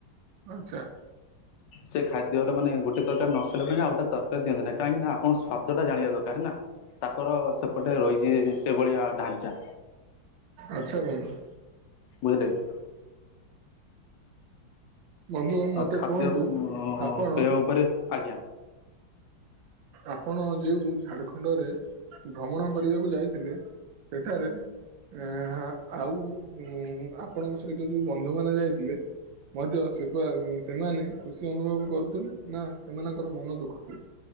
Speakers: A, on the right; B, on the left.
A: ଆଚ୍ଛା।
B: ସେ ଖାଦ୍ୟର ମାନେ ଗୋଟେ ତରକାରୀ ନ ସରିବା <unintelligible> ଆଉଗୋଟା ତରକାରୀ ଦିଅନ୍ତି ନାହିଁ। କାହିଁକି ନା ଆପଣ ସ୍ଵାଦଟା ଜାଣିବା ଦରକାର ନା। ତାଙ୍କର ସେପଟେ ରହିଛି ସେଇଭଳିଆ ଢାଞ୍ଚା।
A: ଆଚ୍ଛା କୁହନ୍ତୁ।
B: ବୁଝିଲେ କି।
A: ବନ୍ଧୁ ମୋତେ
B: ଆଉ ଖାଦ୍ୟ
A: କୁହନ୍ତୁ
B: ଉଁ
A: ଆପଣ
B: ପେୟ ଉପରେ ଆଜ୍ଞା।
A: ଆପଣ ଯେଉଁ ଝାଡଖଣ୍ଡରେ ଭ୍ରମଣ କରିବାକୁ ଯାଇଥିଲେ ସେଠାରେ ଆଁ ଉଁ ଆଉ ଆପଣଙ୍କ ସହିତ ଯୋଉ ବନ୍ଧୁ ମାନେ ଯାଇଥିଲେ ମଧ୍ୟ ସେପା ଉଁ ସେମାନେ ଖୁସି ଅନୁଭବ କରୁଥିଲେ ନା ସେମାନଙ୍କର ମନ ଦୁଃଖ ଥିଲା।